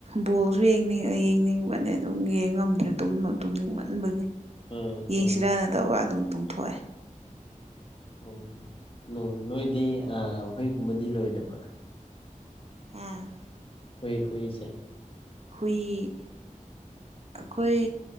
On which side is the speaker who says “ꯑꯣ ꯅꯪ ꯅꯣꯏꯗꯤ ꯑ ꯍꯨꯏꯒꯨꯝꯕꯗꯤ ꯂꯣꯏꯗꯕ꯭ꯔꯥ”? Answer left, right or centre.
Left